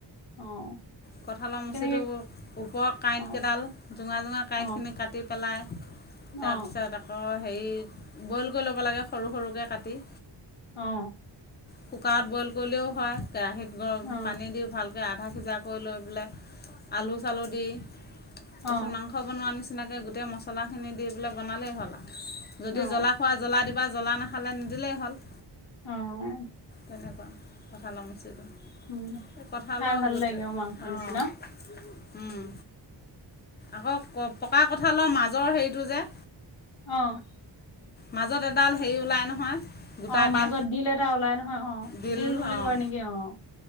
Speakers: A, on the left (about 85°); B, on the left (about 20°).
A: অ।
B: কঁঠালৰ মুচিটো
A: কেনেকে
B: ওপৰৰ কাঁইট
A: অ
B: কেইডাল জোঙা জোঙা কাঁইটখিনি
A: অ
B: কাটি। পেলাই তাৰপিছত
A: অ
B: আ। অ হেৰি বইল কৰি ল'ব লাগে সৰু সৰুকৈ কাটি।
A: অ।
B: কুকাৰত বইল কৰিলেও হয় কেৰাহীত গৰ
A: অ অ
B: পানী দি ভাল। তে আধা খিজাকৈ লৈ পেলে আলু চালু দি তাৰপিছত।
A: অ
B: মাংস বনোৱাৰ নিচিনাকৈ গোটেই মছলাখিনি দি পেলাই বনালে হ'ল আৰু যদি
A: অ
B: জলা হয়। জ্বলা দিবা জ্বলা নাখালে নিদিলেই হ'ল।
A: অঁ।
B: তেনেকুৱা কঁঠালৰ মচিটো।
A: উম
B: তাতকে কঁঠালৰ
A: খাই ভাল
B: গোটেই
A: লাগে অ মাংস নিচিনা
B: অঁ উম।। আকৌ প পকা কঁঠালৰ মাজৰ হেৰিটো যে,
A: অঁ।
B: মাজত এডাল হেৰি ওলায় নহয়। গোটাকে
A: অঁ মাজত ডিল এটা ওলাই নহয় অঁ
B: দিল
A: ডিল বুলি
B: অঁ
A: কয় নেকি অঁ।